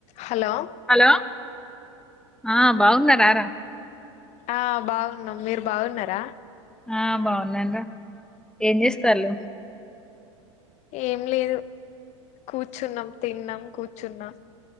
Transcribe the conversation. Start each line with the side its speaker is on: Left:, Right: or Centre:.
Left: హలో
Centre: హలో ఆ బాగున్నర రా
Left: ఆ బాగున్నాం మీరు బాగున్నారా
Centre: ఆ బాగున్నారా ఏం చేస్తళ
Left: ఏం లేదు కూర్చున్నాం తిన్నాం కూర్చున్నాం